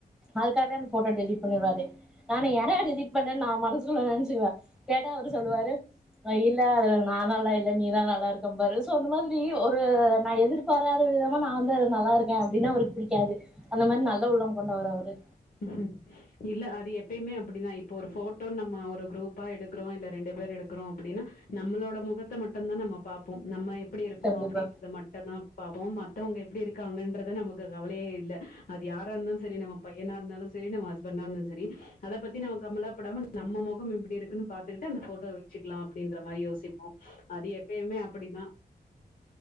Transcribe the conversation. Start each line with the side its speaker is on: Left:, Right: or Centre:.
Centre: அதுக்கான்டிதா அந்த ஃபோட்டோ டெலிட் பண்ணிவாரு நா யாரா டெலிட் பண்ணானு நா மனசுகுள்ளு நெனச் சிருவே கேட்டா அவரு சொல்லுவாரு வைல அதல நா நல்லா இல்ல நீதா நல்லா இருக்கம்பாரு சோ அந்த மாதிரி ஒரு நா எதிர்பாராத விதமா நா வந்து அது நல்லா இருக்கே அப்டினா அவருக்கு பிடிக்காது அந்த மாரி நல்ல உள்ளம் கொண்டவர்ரு அவரு
Left: உ இல்ல அது எப்பயுமே அப்படிதா இப்ப ஒரு ஃபோட்டோனு நம்ம ஒரு குரூப்பா எடுக்கிறோ இல்ல ரெண்டு பேர் எடுக்கிறோ அப்டின்னா நம்மளோட முகத்த மட்டுந்தா நம்ம பாப்போ போ நம்ம எப்படி இருக்கோ
Centre: கண்டிப்பா
Left: அப்டின்றத மட்டுந்தா பா போ த்தவங்க எப்டி இருக்காங்கன்றத நமக்கு கவலையே இல்ல அது யாரா இருந்தாலு சரி நம்ம பையனா இருந்தாலு சரி நம்ம ஹஸ்பண்டா இருந்தாலு சரி அத பத்தி நம்ம கமலாப்படாம நம்ம முகம் எப்டி இருக்குன்னு பாத்துக்கிட்டு அந்த ஃபோட்டோ வச்சிக்கலா அப்டின்ற மாரி யோசிப்போ அது எப்பயுமே அப்படிதா